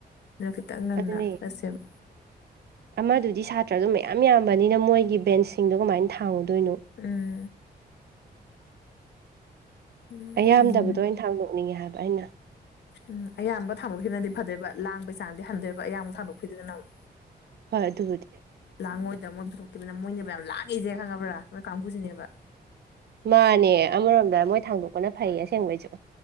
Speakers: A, on the left (about 80°); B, on the right (about 70°).
A: ꯑꯗꯨꯅ ꯈꯤꯇꯪ ꯉꯟꯅ
B: ꯑꯗꯨꯅꯦ
A: ꯆꯠꯁꯦꯕ
B: ꯑꯃꯗꯨꯗꯤ ꯁꯥꯇ꯭ꯔꯗꯣ ꯃꯌꯥꯝ ꯌꯥꯝꯕꯅꯤꯅ ꯃꯣꯏꯒꯤ ꯕꯦꯟꯁꯁꯤꯡꯗꯣ ꯀꯃꯥꯏꯅ ꯊꯥꯡꯉꯨꯗꯣꯏꯅꯣ
A: ꯎꯝ ꯎꯝ
B: ꯑꯩꯌꯥꯝꯗꯕꯗꯣ
A: ꯎꯝ
B: ꯑꯩꯅ ꯊꯥꯡꯗꯣꯛꯅꯤꯡꯉꯦ ꯍꯥꯏꯕ ꯑꯩꯅ
A: ꯎꯝ ꯑꯌꯥꯝꯕ ꯊꯥꯡꯗꯣꯛꯈꯤꯕꯅꯗꯤ ꯐꯗꯦꯕ ꯂꯥꯡꯕꯩ ꯆꯥꯡꯗꯤ ꯍꯟꯗꯣꯏꯕ ꯑꯌꯥꯝꯕ ꯊꯥꯗꯣꯛꯄꯤꯗꯣꯏꯗꯅ ꯑꯃꯨꯛ <inaudible>
B: ꯍꯣꯏ ꯑꯗꯨꯕꯨꯗꯤ
A: ꯂꯥꯡꯉꯣꯏꯗ ꯃꯣꯏ ꯄꯨꯊꯣꯛꯈꯤꯕꯅ ꯃꯣꯏꯅꯦꯕ ꯌꯥꯝ ꯂꯥꯡꯉꯤꯖꯦ ꯈꯪꯉꯕ꯭ꯔꯥ ꯃꯣꯏ ꯀꯥꯡꯕꯨꯖꯤꯅꯦꯕ
B: ꯃꯥꯅꯦ ꯑꯃꯔꯣꯝꯗ ꯃꯣꯏ ꯊꯥꯡꯗꯣꯛꯄꯅ ꯐꯩ ꯑꯁꯦꯡꯕꯩꯖꯨ